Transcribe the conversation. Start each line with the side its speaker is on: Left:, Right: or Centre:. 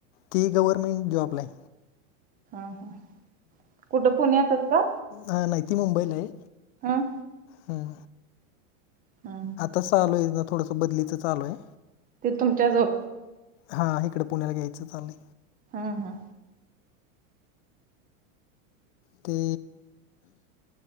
Left: ती गव्हार्मेंट जॉबला आहे.
Right: हा हा कुठं पुण्यातच का?
Left: हं नही ती मुंबईला आहे.
Right: हं!
Left: हं!
Right: हा!
Left: तस आलंय ज थोडसं बदलीचच चालू आहे.
Right: ते तुमच्या जो
Left: हां इकड पुण्याला घ्यायचं चाललंय.
Right: हा हा!
Left: ते.